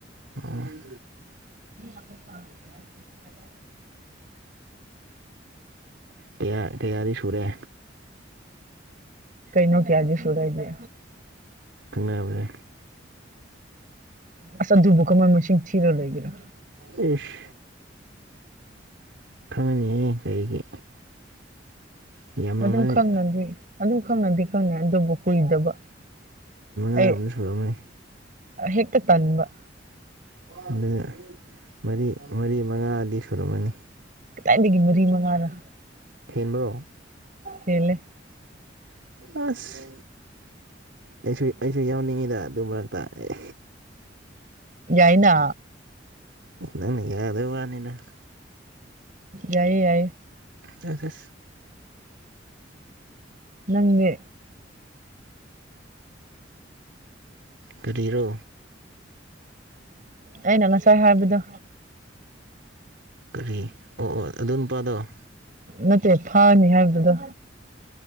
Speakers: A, on the right; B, on the right.
A: ꯑꯝ
B: <inaudible>
A: ꯌꯥ ꯀꯌꯥꯗꯤ ꯁꯨꯔꯦ
B: ꯀꯩꯅꯣ ꯀꯌꯥꯗꯤ ꯁꯨꯔꯦꯗꯤ
A: ꯈꯪꯅꯕꯖꯦ
B: ꯑꯁ ꯑꯗꯨꯕꯨ ꯀꯃꯥꯏ ꯃꯁꯤꯡ ꯊꯤꯔ ꯂꯩꯒꯦꯔꯥ
A: ꯏꯁ ꯈꯪꯉꯅꯤꯍꯦ ꯀꯔꯤꯒꯤ ꯌꯥꯝꯃꯝꯃꯅꯤ
B: ꯑꯗꯨꯝ ꯈꯪꯅꯗꯤ ꯑꯗꯨꯝ ꯈꯪꯅꯗꯤ ꯈꯪꯅꯩ ꯑꯗꯨꯕꯨ ꯀꯨꯏꯗꯕ ꯑꯩ
A: ꯀꯥꯌꯃꯨꯛ ꯁꯨꯔꯝꯃꯅꯤ
B: ꯍꯦꯛꯇ ꯇꯟꯕ
A: ꯑꯗꯨꯅ ꯃꯔꯤ ꯃꯔꯤ ꯃꯉꯥꯗꯤ ꯁꯨꯔꯝꯃꯅꯤ
B: ꯀꯗꯥꯏꯗꯒꯤ ꯃꯔꯤ ꯃꯉꯥꯅꯣ
A: ꯍꯦꯟꯕ꯭ꯔꯣ
B: ꯍꯦꯜꯂꯦ
A: ꯑꯁ ꯑꯩꯁꯨ ꯑꯩꯁꯨ ꯌꯥꯎꯅꯤꯡꯉꯤꯗꯥ ꯑꯗꯨ ꯃꯔꯛꯇ ꯑꯦ
B: ꯌꯥꯏꯅ
A: ꯅꯪꯅ ꯌꯥꯗꯕꯩ ꯋꯥꯅꯤꯅ
B: ꯌꯥꯏꯌꯦ ꯌꯥꯏꯌꯦ
A: ꯑꯁ ꯑꯁ
B: ꯅꯪꯗꯤ
A: ꯀꯔꯤꯔꯣ
B: ꯑꯩꯅ ꯉꯁꯥꯏ ꯍꯥꯏꯕꯗꯣ
A: ꯀꯔꯤ ꯑꯣ ꯑꯣ ꯑꯗꯨ ꯅꯨꯄꯥꯗꯣ
B: ꯅꯠꯇꯦ ꯐꯥꯅꯤ ꯍꯥꯏ ꯑꯗꯨꯗꯣ